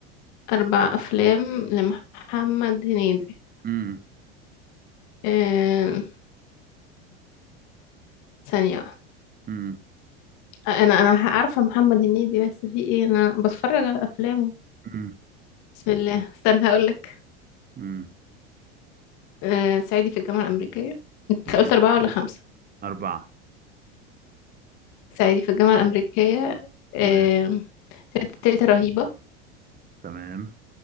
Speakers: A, on the left; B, on the right.
A: اربع افلام لمحمد هنيدي
B: مم،
A: أم... ثانية واحدة.
B: مم،
A: انا انا عارفة محمد هنيدي بس في ايه انا بتفرج على افلامه
B: مم،
A: بسم الله استنى هقولك
B: مم.
A: آه، صعيدي في الجامعة الأمريكية انت
B: ماشي
A: قلت أربعة ولا خمسة
B: اربعة
A: صعيدي في الجامعة الأمريكية آه،
B: تمام
A: تيتا تيتا رهيبة
B: تمام